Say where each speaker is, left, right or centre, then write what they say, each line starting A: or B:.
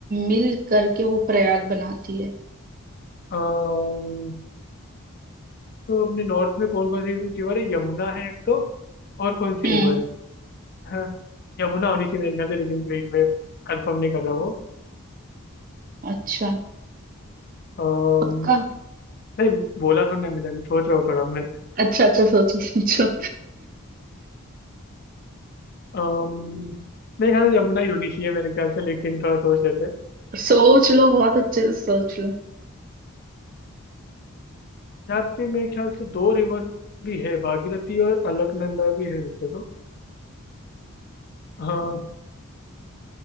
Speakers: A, on the right (about 40°); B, on the left (about 45°).
A: मिल करके वो प्रयाग बनाती है
B: अम, तो अपने नॉर्थ में कौन कौन सी रिवर है यमुना है एक तो और कौन सी
A: हम्म
B: रिवर है हाँ, यमुना होनी चाहिए मेरे ख्याल से लेकिन वेट मैं कंफर्म नहीं कर रहा हूँ
A: अच्छा
B: अम,
A: पक्का
B: नहीं बोला सुनना है मैंने अभी सोच रहा हूँ थोड़ा मैं
A: अच्छा अच्छा सोचो सोचो
B: अम, मेरे ख्याल से यमुना ही होनी चाहिए मेरे ख्याल से लेकिन थोड़ा सोच लेते हैं
A: <laughs> सोच लो बहुत अच्छे से सोच लो
B: यहाँ पे मेरे ख्याल से दो रिवर भी है भागीरथी और अलकनंदा भी है वैसे तो हाँ